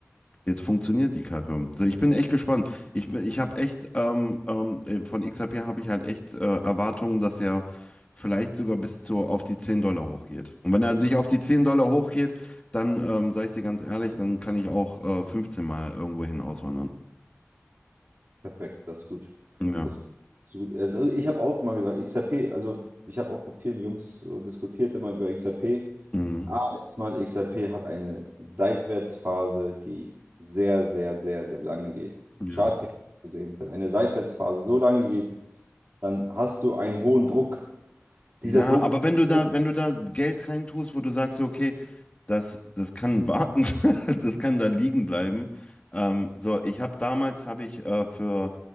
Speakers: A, on the left (about 25°); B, on the right (about 60°).
A: Jetzt funktioniert die Kacke. So, ich bin echt gespannt. Ich, bin- ich habe echt, ähm, ähm, äh, von XRP habe ich halt echt äh, Erwartungen, dass er vielleicht sogar bis zu, auf die 10 Dollar hochgeht. Und wenn er sich auf die 10 Dollar hochgeht, dann, ähm, sage ich dir ganz ehrlich, dann kann ich auch äh, 15 Mal irgendwo hin auswandern.
B: perfekt, das ist gut.
A: Ja.
B: Das ist gut. Also ich habe auch immer gesagt, XRP, also ich habe auch mit vielen Jungs so diskutiert immer über XRP.
A: Mhm.
B: A, erstmal XRP hat eine Seitwärtsphase, die sehr, sehr, sehr, sehr lange geht.
A: Ja.
B: Charttechnisch gesehen, wenn eine Seitwärtsphase so lange geht, dann hast du einen hohen Druck. Dieser
A: Ja,
B: Druck
A: aber
B: ist
A: wenn du da,
B: oben.
A: wenn du da Geld reintust, wo du sagst, so, okay, das, das kann warten, <laughs> das kann da liegen bleiben. Ähm, so, ich habe damals, habe ich äh, für,